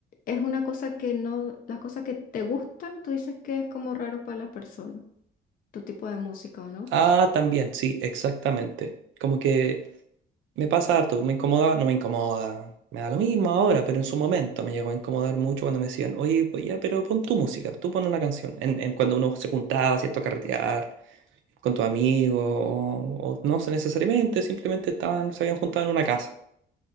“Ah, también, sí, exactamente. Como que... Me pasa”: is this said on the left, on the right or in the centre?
Right